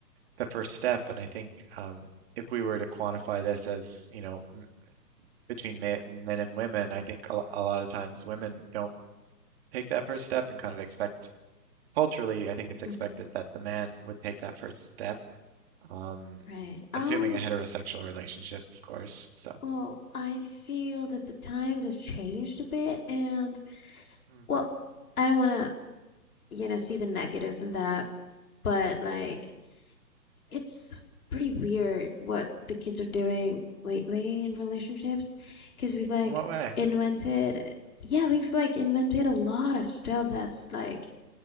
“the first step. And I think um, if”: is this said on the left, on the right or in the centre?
Right